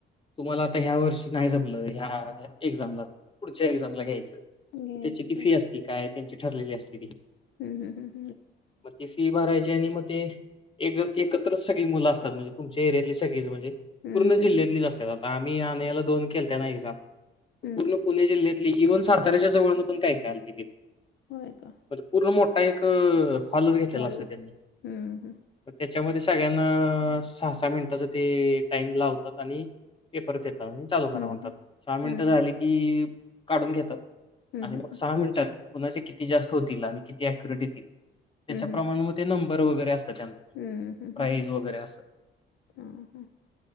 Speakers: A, on the left; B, on the left.
A: तुम्हाला आता ह्या वर्षी. नाही जमलं ह्या एक्झामला पुढच्या एक्झामला घ्यायचं.
B: घ्यायचं.
A: त्याची ती फी असती काय त्यांची ठरलेली असती ती.
B: हम् हम हम.
A: मग ते फी भरायची आणि मग ते एक एकत्रच सगळी मुलं असतात म्हणजे तुमच्या एरियातली सगळीच म्हणजे
B: हम्म
A: पूर्ण जिल्ह्यातलीच
B: हम्म हम्म
A: असतात. आम्ही आणि याला दोन के त्यां हब
B: हम्म
A: पूर्ण पुणे जिल्ह्यात इवन साताऱ्याच्या जवळ पण काय काय तिथ
B: होय का
A: पूर्ण मोठा एक हॉलच घेतलेला
B: हॉल
A: असतोय त्यांनी
B: हम्म हम्म
A: त्याच्यामध्ये सगळ्यांना सहा सहा मिनिटांचा ते टाइम लावतात आणि पेपर देतात. म चालू खरा
B: हम्म
A: म्हणतात सहा मिनिटं
B: हम्म
A: झाली की काढून घेतात
B: हम्म
A: आणि
B: हम्म
A: मग सहा मिनिटात कुणाचे किती जास्त होतील आणि किती अॅक्युरेट येतील त्याच्याप्रमाणे
B: हम्म हम्म हम्म
A: मग ते नंबर वगैरे असत
B: हम्म हम्म
A: प्राईज
B: हम्म हम्म
A: वगैरे अस
B: हां हां